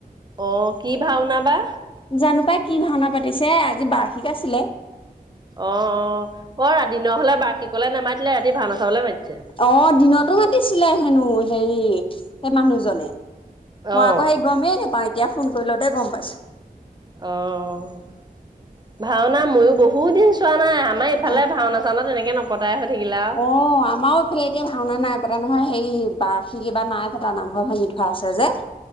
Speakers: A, on the right; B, on the left.
A: অ', কি ভাওনা বা!
B: জানোঁ পাই, কি ভাওনা পাতিছে। আজি বাৰ্ষিক আছিলে।
A: অ'অ'অ', দিনৰ হ'লে বাৰ্ষিকলে নামাতিলে, ৰাতি ভাওনা চাবলে মাতিছে।
B: অ', দিনতো মাতিছিলে হেনো হেৰি সেই মানুহজনে। মই
A: অ
B: আকৌ সেই গমেই নাপাওঁ, এতিয়া ফোন কৰিলতহে গম পাইছোঁ।
A: অ'অ', ভাওনা ময়ো বহুত দিন চোৱা নাই। আ আমাৰ এইফালে
B: অ
A: ভাওনা চাওনা তেনেকে নপতাই হৈ থাকিল আৰু।
B: অ', আমাৰো এইফালে এতিয়া ভাওনা নাই পতা নহয়, হেৰি বাৰ্ষিক এইবাৰ নাই পতা নহয়। নামঘৰ ভাঙি থোৱা আছে যে।